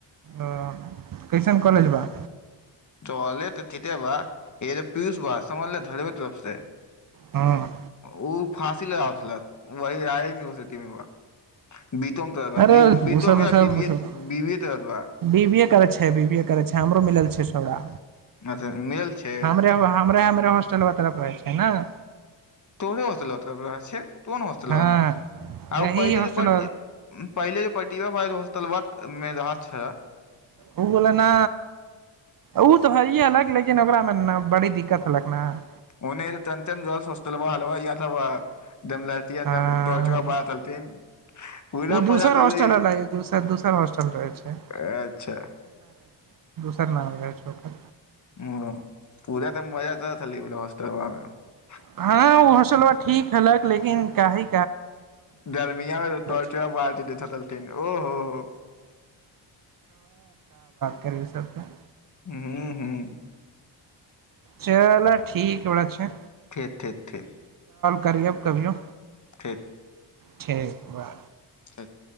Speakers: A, on the right; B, on the left.
A: ओ कैसन कॉलेज बा
B: कालेज तऽ ठिते बा एदो पीयूष बा समझले धरबे तलफ से
A: हँअ्
B: ओ फाँसी लगावय छलाह वहि आ नवस तीमे ब बीतम
A: अरे
B: वीडियोग्राफी
A: ओ सब सब
B: विवो
A: बी बी ए करै छै बीबीए करै छैय हमरो मिलल छैय छौड़ा
B: अच्छा मिलल छै
A: हमरे हमरे हमरे हॉस्टलवा तरफ रहैछैइ हाँ
B: तोहरो होतलत छैय कोउन हॉस्टलबा
A: हँ
B: आ
A: यही
B: पहिले
A: हॉस्टल
B: जे प पहिले जे पटी भ हॉस्टलबा मेदह छ
A: ओ बाला ना ओ तऽ हैये अहलक लेकिन ओकरामे ने बड़ी दिक्कत हलक हंअ्
B: ओने चंचन जलत हॉस्टलबा हय तबा एकदम रतिया
A: हँ
B: टोर्च बारतहथिन पुरा
A: ओ दोसर
B: मजा
A: हॉस्टल
B: लेय
A: हलै दोसर दोसर हॉस्टल रहै छै
B: अच्छा
A: सर नाम राज झकरल
B: ओ पूरा तऽ मजा तोहें खाली लेल होस्टलबामे <unintelligible>
A: हँ ओ होस्टलबा ठीक हलक लेकिन काहे
B: गर्मियांमे टाॅर्चबा
A: छै
B: बारकेँ देथैइ छलथिन ओ हो हो
A: करबै सभकेँ
B: हूँ हूँ
A: चल ठीक बरा छै
B: ठीक ठीक ठीक
A: करिहैथ कभियो
B: ठीक
A: ठीक बा
B: ठीक